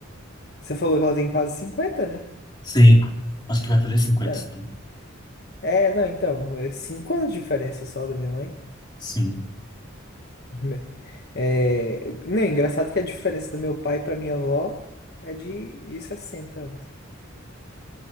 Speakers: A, on the left; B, on the left.
A: Você falou que ela tem quase cinquenta né?
B: Sim, acho que vai fazer cinquenta
A: Não.
B: sim.
A: É, não, então, é 5 anos de diferença só da minha mãe.
B: Sim.
A: <laughs> Me- É, não, é engraçado que a diferença do meu pai pra minha avó é de, de sessenta anos.